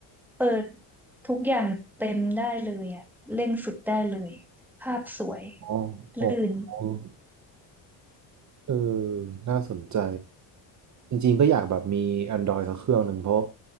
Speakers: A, in the centre; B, on the right (about 40°).
A: เปิดทุกอย่างเต็มได้เลยอ่ะเร่งสุดได้เลยภาพสวย
B: อ๋ออ๋อ
A: ลื่น
B: เออน่าสนใจจริงๆก็อยากแบบมี Android สักเครื่องหนึ่งเพราะ